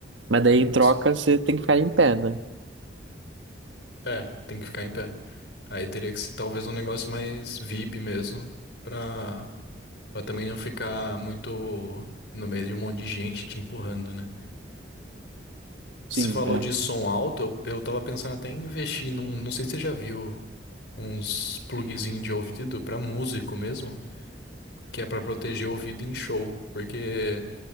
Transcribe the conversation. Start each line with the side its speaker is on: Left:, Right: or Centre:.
Right: Mas daí em troca
Left: se-
Right: você tem que ficar em pé, né?
Left: é, tem que ficar em pé. Aí teria que ser talvez um negócio mais VIP mesmo, pra, pra também não ficar muito no meio de um monte de gente te empurrando, né?
Right: Sim,
Left: Você falou
Right: é.
Left: de som alto, eu, eu tava pensando até em investir num, não sei se você já viu uns plugzinhos de ouvido pra músico mesmo, que é pra proteger o ouvido em show, porque